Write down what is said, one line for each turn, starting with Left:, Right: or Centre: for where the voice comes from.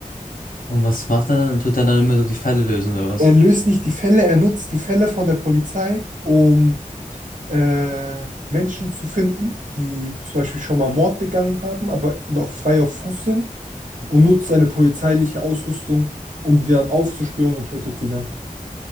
Left: Und was macht er dann? Tut er dann immer so die Fälle lösen oder was?
Right: Er löst nicht die Fälle, er nutzt die Fälle von der Polizei, um äh, Menschen zu finden, die zum Beispiel schon mal Mord begangen haben, aber noch frei auf Fuß sind und nutzt seine polizeiliche Ausrüstung, um die dann aufzuspüren und tötet sie dann.